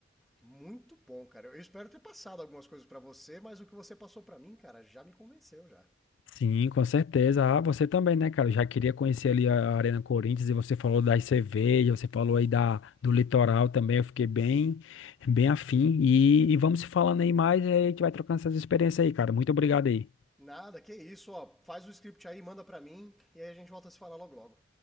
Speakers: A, in the centre; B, on the left.
A: muito bom, cara. Eu espero ter passado algumas coisas pra você, mas o que você passou pra mim, cara, já me convenceu já.
B: Sim, com certeza. Ah, você também, né, cara? Eu já queria conhecer ali a Arena Corinthians e você falou das cervejas, você falou aí da, do litoral também. Eu fiquei bem, bem afim. E, e vamos se falando aí mais e aí a gente vai trocando essas experiências aí, cara. Muito obrigado aí.
A: Nada, que isso, ó. Faz o script aí, manda pra mim e aí a gente volta a se falar logo logo.